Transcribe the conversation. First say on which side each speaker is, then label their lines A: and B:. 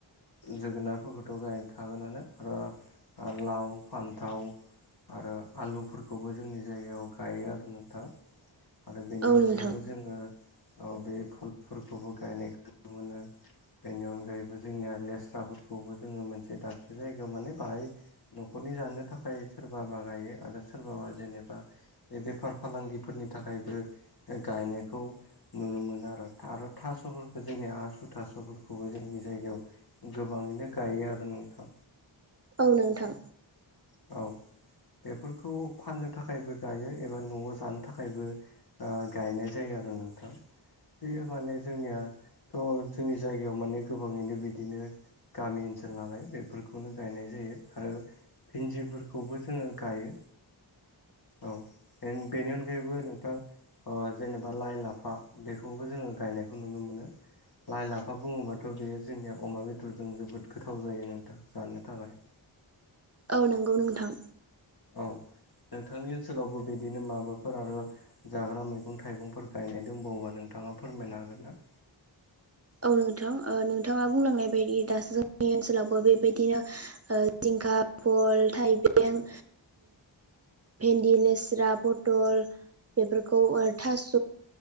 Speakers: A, on the left; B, on the right.
A: जोगोनारफोरखौथ' गायखागोनानो आरो लाव फान्थाव आरो आलुफोरखौबो जोंनि जायगायाव गायो आरो नोंथां आरो बेनि
B: औ
A: अनगायैबो
B: नोंथां
A: जोङो औ बे फुलफोरखौबो गायनायखौ नुनो मोनो बे जैबो जोंनिया लेस्राफोरखौबो जोङो मोनसे दाबसे जायगायाव माने बाहाय न'खरनि जानो थाखाय सोरबाबा गायो आरो सोरबाबा जेनेबा बे बेफार फालांगिफोरनि थाखायबो गायनायखौ नुनो मोनो आरो आरो थास'फोरखौ जोंनिया आसु थास'फोरखौबो जोंनि जायगायाव गोबाङैनो गायो आरो नोंथां
B: औ नोंथां
A: औ बेफोरखौ फाननो थाखायबो गायो एबा न'आव जानो थाखायबो गायनाय जायो आरो नोंथां बेयो माने जोंनिया जोंनि जायगायाव माने गोबाङैनो बिदिनो गामि ओनसोल नालाय बेफोरखौनो गायनाय जायो आरो भिन्दिफोरखौबो जोङो गायो औ बेनि अनगायैबो नोंथाङा जेनेबा लाइ लाफा बेखौबो जोङो गायनायखौ नुनो मोनो लाइ लाफा बुङोबा बेयो जोंनिया अमा बेदरजों जोबोद गोथाव जायो नोंथां जानो थाखाय
B: औ नंगौ नोंथां
A: औ नोंथांनि ओनसोलावबो बिदिनो माबाफोर आरो जाग्रा मैगं थाइगंफोर गायनाय दोनबावोबा नोंथाङा फोरमायनो हागोन ना
B: औ नोंथां नोंथाङा बुंलांनाय बायदि दा जोंनि ओनसोलावबो बेबायदिनो जिंखा फल थाइबें भेन्दि लेस्रा बथल बेफोरखौ थास'